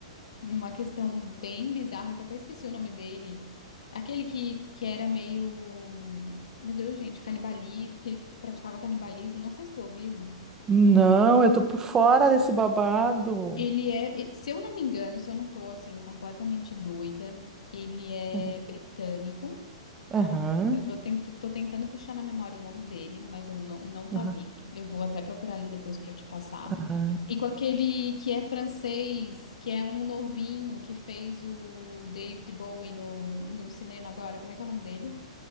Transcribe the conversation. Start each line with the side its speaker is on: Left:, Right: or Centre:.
Left: numa questão bem bizarra, que até esqueci o nome dele. Aquele que, que era meio. Meu Deus, gente, canibali, que ele praticava canibalismo. Não sei se tu ouviu.
Right: Não, eu tô por fora desse babado.
Left: Ele é, se eu não me engano, se eu não tô assim completamente doida, ele é
Right: Aham.
Left: britânico.
Right: Aham.
Left: Eu tô, ten- tô tentando puxar na memória o nome dele, mas eu não, não tá
Right: Aham.
Left: vindo. Eu vou até procurar ali depois pra te passar.
Right: Aham.
Left: E com aquele que é francês, que é um novinho, que fez o David Bowie no, no cinema agora. Como é que é o nome dele?